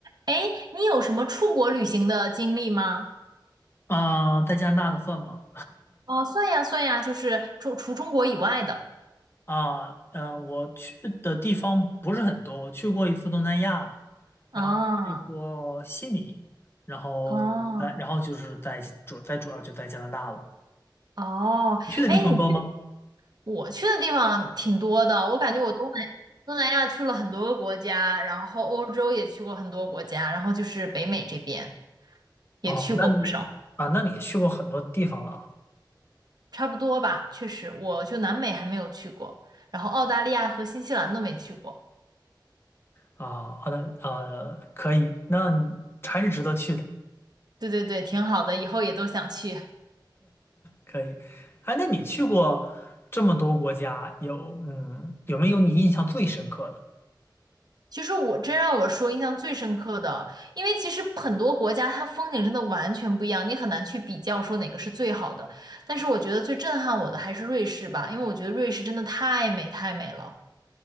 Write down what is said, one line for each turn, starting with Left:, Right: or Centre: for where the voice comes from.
Right: 哎，你有什么出国旅行的经历吗？
Left: 啊，在加拿大的算吗？
Right: 哦，算呀算呀，就是除除中国以外的。
Left: 啊，呃，我去的地方不是很多，我去过一次东南亚，然后去过悉尼，
Right: 啊
Left: 然后在，
Right: 啊
Left: 然后就是在主在主要就在加拿大了。
Right: 哦，
Left: 你去的地方多吗？
Right: 哎，你去我去的地方挺多的，我感觉我东南东南亚去了很多个国家，然后欧洲也去过很多国家，然后就是北美这边也去过不少，
Left: 哦，那你啊，那你也去过很多地方了啊。
Right: 差不多吧。确实，我就南美还没有去过，然后澳大利亚和新西兰都没去过。
Left: 啊，好的，呃，可以，那你还是值得去的，
Right: 对对对，挺好的，以后也都想去。
Left: 可以。哎，那你去过这么多国家，有嗯，有没有你印象最深刻的？
Right: 其实我真让我说印象最深刻的，因为其实很多国家它风景真的完全不一样，你很难去比较说哪个是最好的。但是我觉得最震撼我的还是瑞士吧，因为我觉得瑞士真的太美太美了，